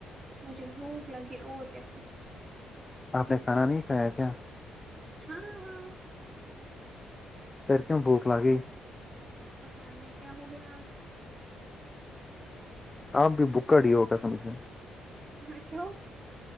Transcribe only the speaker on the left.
آپ نے کھانا نہیں کھایا کیا
پھر کیوں بھوک لگی
آپ بھی بھوکڑ ہی ہو قسم سے